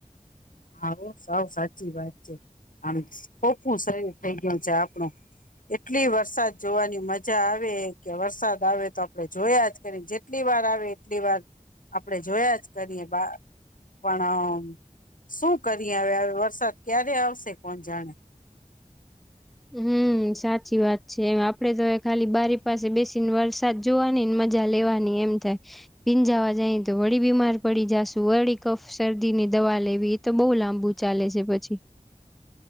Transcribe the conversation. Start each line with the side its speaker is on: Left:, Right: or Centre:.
Left: હા, હો સાવ સાચી વાત છે. આમ <unintelligible> શરીર થઈ ગયું છે આપણું એટલી વરસાદ જોવાની મજા આવે કે વરસાદ આવે તો આપડે જોયા જ કરીએ જે ટલી વાર આવે એટલી વાર આપડે જોયા જ કરીએ બાર પણ શું કરીએ હવે આવે વરસાદ ક્યારે આવશે, કોણ જાણે?
Centre: હમ્મ, સાચી વાત છે એમ આપડે તો ખાલી બારી પાસે બેસીને વરસાદ જોવાની ને મજા લેવાની એમ થાય. પીંજાવા જાય તો વળી બીમાર પડી જાશું વળી કફ શરદી ની દવા લેવી તો બઉુ લાંબુ ચાલે છે પછી.